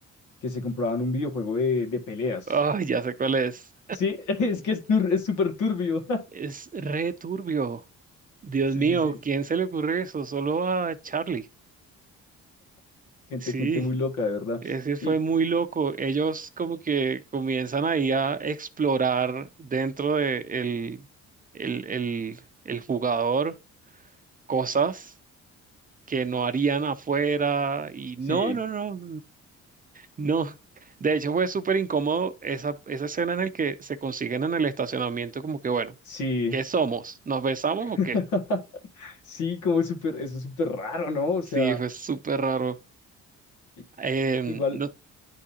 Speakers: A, on the left (about 80°); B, on the right (about 30°).
A: que se compraban un videojuego de, de peleas.
B: Ay, ya sé cuál es.
A: Sí, <laughs> es que es tur- es súper turbio. <laughs>
B: Es re turbio. Dios
A: Sí,
B: mío,
A: sí, sí.
B: ¿quién se le ocurre eso? Solo a Charlie.
A: Gente,
B: Sí,
A: gente muy loca, de verdad.
B: ese fue
A: Y
B: muy loco. Ellos como que comienzan ahí a explorar dentro de el, el, el, el jugador cosas que no harían afuera y
A: sí,
B: no, no, no, no. De hecho fue súper incómodo esa, esa escena en el que se consiguen en el estacionamiento como que bueno,
A: sí.
B: ¿qué somos? ¿Nos besamos
A: <laughs>
B: o qué?
A: Sí, como es súper, eso es súper raro, ¿no? O sea,
B: Sí, fue súper raro.
A: i-
B: Em,
A: igual
B: no,